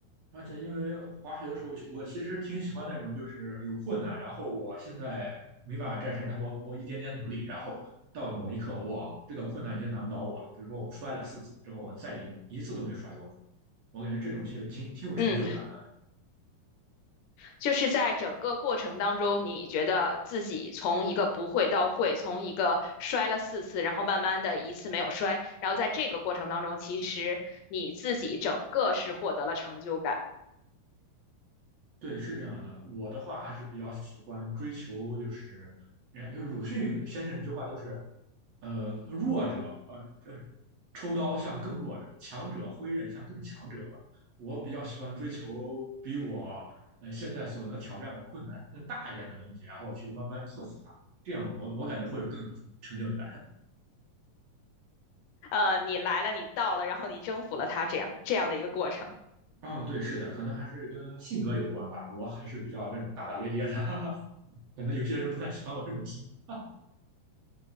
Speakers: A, on the right (about 60°); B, on the left (about 75°).
A: 而且因为滑雪的时候，我其实挺喜欢那种就是有困难，然后我现在没办法战胜，但是我我一点点努力，然后到某一刻，哇，这个困难已经难不倒我了。比如说我摔了四次之后，我再一一次都没摔过，我感觉这种其实挺挺有成就感的。
B: 嗯。就是在整个过程当中，你觉得自己从一个不会到会，从一个摔了四次，然后慢慢的一次没有摔，然后在这个过程当中，其实你自己整个是获得了成就感。
A: 对，是这样的。我的话还是比较喜欢追求，就是人家就是鲁迅先生一句话，就是呃，弱者呃呃抽刀向更弱者，强者挥刃向更强者吧。我比较喜欢追求比我呃现在所能挑战的困难更大一点的东西，然后我去慢慢克服它。这样我我感觉会有更有成成就感。
B: 呃，你来了，你到了，然后你征服了它，这样这样的一个过程。
A: 嗯，对，是的，可能还是跟性格有关吧。我还是比较这种大大咧咧的，<laughs> 可能有些人不太喜欢我这种性格。